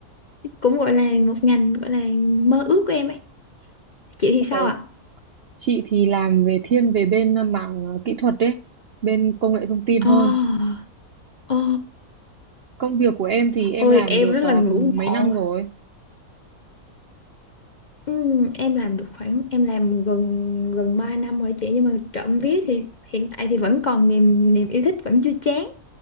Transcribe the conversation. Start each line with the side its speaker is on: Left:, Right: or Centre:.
Left: Cũng gọi là một ngành gọi là mơ ước của em ấy. Chị thì
Right: Ồ,
Left: sao ạ?
Right: chị thì làm về thiên về bên ờ, mảng ờ, kỹ thuật đấy, bên công nghệ thông tin hơn.
Left: Ồ, ồ,
Right: Công việc của em thì em
Left: ôi
Right: làm
Left: em
Right: được
Left: rất
Right: ờ,
Left: là ngưỡng
Right: mấy
Left: mộ.
Right: năm rồi?
Left: Ừm, em làm được khoảng em làm gần gần 3 năm rồi chị nhưng mà trộm vía thì hiện tại thì vẫn còn niềm niềm yêu thích vẫn chưa chán.